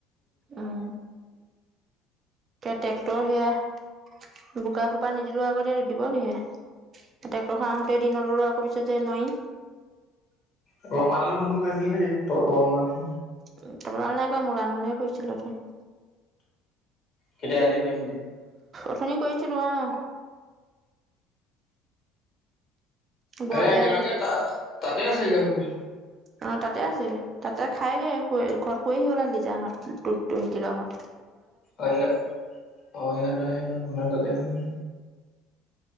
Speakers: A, on the right; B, on the left.
A: উম, কে ট্ৰেক্টৰ সেয়া। বোকা সোপা নিদিলেও আগতে দিব কিহে। টেক্টৰখন আহোতে দি নললে আকৌ পিছত যে নোৱাৰিম।
B: ঘৰৰ মানুহলে ফোন-চোন কৰিছিলি নেকি? তই তই মান
A: <unintelligible> মূলানলহে কৰিছিলো ফোন।
B: কেতিয়া আজি গৈছ
A: অথনি কৰিছিলো অ'। বৰতীয়া
B: এ একেলগে তা তাতে আছেগে হ'ব পাই।
A: অ', তাতে আছেগে। তাতে খাইগে শুয়ে, ঘৰত শুৱেহি হ'বলা লিজাহঁত, তুল, তুলকিলোহঁত।
B: অ', ই অ', অ', ইহঁত আহে মন তাতে শুয়ে।